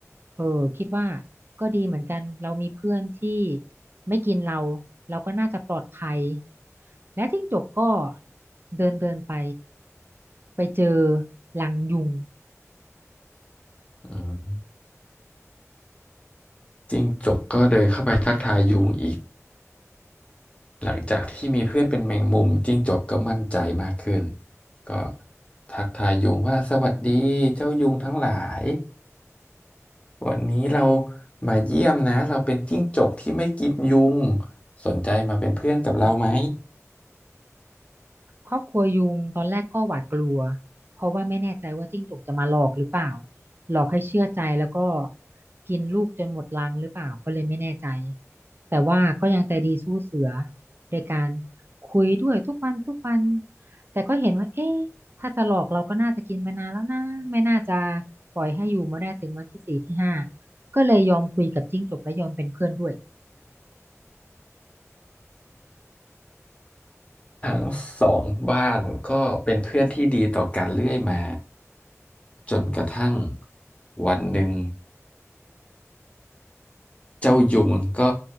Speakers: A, on the right (about 45°); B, on the left (about 25°).
A: เออคิดว่าก็ดีเหมือนกันเรามีเพื่อนที่ไม่กินเราเราก็น่าจะปลอดภัยและจิ้งจกก็เดินเดินไป ไปเจอรังยุง
B: อืมจิ้งจกก็เดินเข้าไปทักทายยุงอีก หลังจากที่มีเพื่อนเป็นแมงมุมจิ้งจกก็มั่นใจมากขึ้น ก็ทักทายยุงว่าสวัสดีเจ้ายุงทั้งหลาย วันนี้เรามาเยี่ยมนะเราเป็นจิ้งจกที่ไม่กินยุงสนใจมาเป็นเพื่อนกับเราไหม
A: ครอบครัวยุงตอนแรกก็หวาดกลัวเพราะว่าไม่แน่ใจว่าจิ้งจกจะมาหลอกหรือเปล่าหลอกให้เชื่อใจแล้วก็กินลูกจนหมดรังหรือเปล่าก็เลยไม่แน่ใจแต่ว่าก็ยังใจดีสู้เสือโดยการคุยด้วยทุกวันทุกวันแต่ก็เห็นว่าเอ๊ะถ้าจะหลอกเราก็น่าจะกินไปนานแล้วนะไม่น่าจะปล่อยให้อยู่มาได้ถึงวันที่สี่ที่ห้าก็เลยยอมคุยกับจิ้งจกและยอมเป็นเพื่อนด้วย
B: ทั้งสองบ้านก็เป็นเพื่อนที่ดีต่อกันเรื่อยมาจนกระทั่งวันหนึ่งเจ้ายุงก็